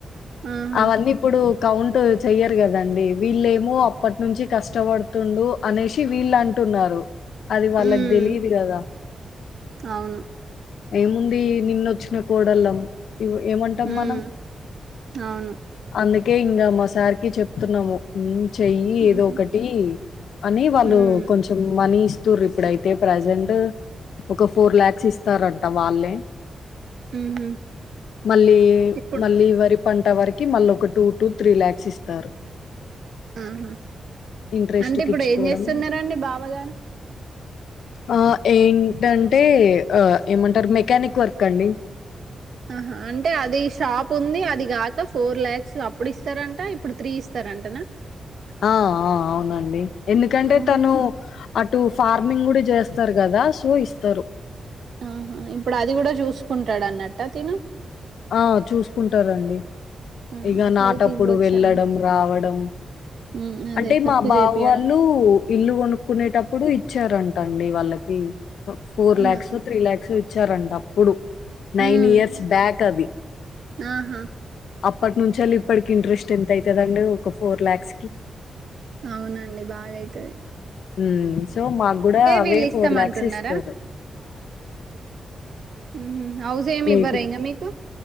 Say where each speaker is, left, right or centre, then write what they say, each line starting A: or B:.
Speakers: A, on the right (about 60°); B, on the left (about 85°).
A: ఆహా
B: అవన్నీ ఇప్పుడు. కౌంట్ చెయ్యారు కాదండి వీళ్ళమో అప్పటి నుంచి కష్టపడుతుండు అనేసి వీళ్ళ అంటు న్నారు అది వాళ్ళకు
A: హ్మ్
B: తెలీదు గదా
A: అవును
B: ఏముంది నిన్నొచ్చిన కోడళ్ళం ఏమంటాం
A: హ్మ్
B: మనం
A: అవును
B: అందుక కే ఇంగా మా సార్ కి చెప్తున్నాము చెయ్యి ఏదో
A: ఊహూ
B: ఒకటి అని వాళ్ళు
A: హ్మ్
B: కొంచెం మనీ ఇస్తుర్రు ఇప్పుడైతే ప్రజెంట్ ఒక ఫోర్ ల్యాక్స్ ఇస్తారంట వాళ్ళే
A: ఊహూ
B: మళ్ళీ
A: ఇప్పుడు
B: మళ్ళీ వరి పంట వరకి మళ్ళీ ఒక టూ టూ త్రీ ల్యాక్స్ ఇస్తారు
A: ఆహ
B: ఇంట్రెస్ట్‌కిచ్చుకోవడం
A: అంటే ఇప్పుడు ఏంచేస్తున్నరండి బావగా
B: ఆ ఏంటంటే ఆ ఏమంటారు మెకానిక్ వర్క్ అండి
A: ఆహా అంటే అది షాప్ ఉంది అది కాక ఫోర్ ల్యాక్స్ అప్పుడు ఇస్తారంట ఇప్పుడు త్రీ ఇస్తారు అంటానా
B: ఆ ఆ అవునండి ఎందుకంటే
A: అమ్మ!
B: తను అటు ఫార్. ఫార్మింగ్ కూడ చేస్తారు కదా సో ఇస్తారు
A: ఆహా ఇప్పుడు అది కూడా చూసుకుంటాడు అన్నట్ట తిను
B: ఆ చూస్కుంటారండి
A: ఆ!
B: ఇగా
A: అట్లయితే
B: నాటప్పుడు
A: ఇవ్వొచ్చండి.
B: వెళ్ళడం రావడం
A: హ్మ్. అదే
B: అంటే
A: వర్క్
B: మా బావ
A: జేపియడం.
B: వాళ్ళు ఇల్లు కొనుక్కునేటప్పుడు ఇ ఇచ్చారంటండి వాళ్ళకి ఫోర్
A: అవునా?
B: ల్యాక్సో త్రీ లాక్సో ఇచ్చారంట అప్పుడు
A: హ్మ్.
B: నైన్ ఇయర్స్ బ్యాక్ అది
A: ఆహా
B: అప్పటి నుంచెల్లి ఇప్పటికి ఇంట్రెస్ట్ ఎంత అయితదండి ఒక ఫోర్ లాక్స్ కి
A: అవునండి బాగాయితది
B: ఉ సో మాకు కూడా అవే
A: వీళ్ళిస్తామంటున్నారా?
B: ఫోర్ లాక్స్ ఇస్తారు
A: ఉ హు హౌస్ ఎం
B: లేదు
A: ఇవ్వరా ఇంకా మీకు